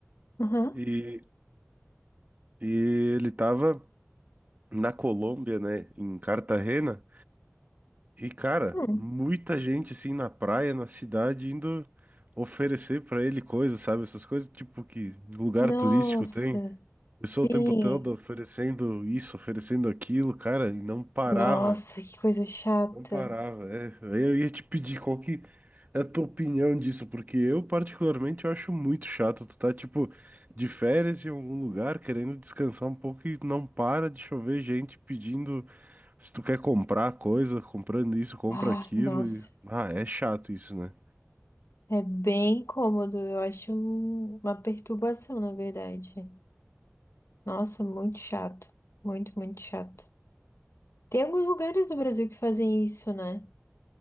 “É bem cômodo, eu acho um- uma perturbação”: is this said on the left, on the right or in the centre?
Left